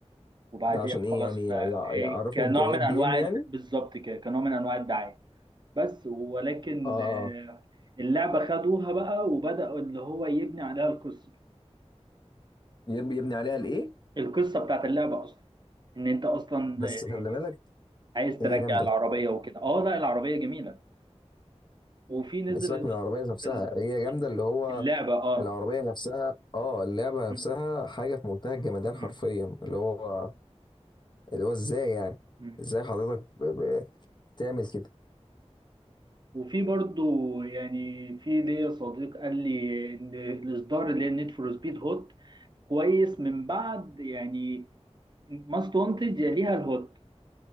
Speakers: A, on the right; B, on the left.
A: وبعديها
B: ده عشان ايه
A: خلاص
B: يعني يع-
A: ف-
B: يع- يعرفوا
A: إيه، كنوع
B: امكانيات
A: من
B: بي
A: انواع
B: ام يعني
A: الد- بالظبط كده كنوع من انواع الدعايه بس ولكن
B: اه
A: آه،
B: آه.
A: اللعبه خدوها بقى وبداوا اللي هو يبني عليها القصه
B: يب- يبني عليها الايه
A: القصه بتاعت اللعبه اصلا ان انت اصلا
B: بس
A: ده- يعني
B: خلي بالك
A: عايز ترجع
B: هي جامدة
A: العربيه وكده اه لا العربيه جميله وفي نزل
B: سيبك
A: ال-
B: من العربية نفسها
A: ال-
B: هي جامدة اللي هو
A: اللعبه اه
B: العربية نفسها اه اللعبة
A: مم.
B: نفسها حاجة في منتهى الجمدان
A: مم.
B: حرفيا اللي هو اللي هو ازاي يعني
A: مم.
B: ازاي حضرتك ب- ب- بتعمل كده
A: وفي برضو يعني في ليا صديق قال لي ان الاصدار اللي هي نيد فور سبيد هوت كويس من بعد يعني ماست وانتد يليها الهوت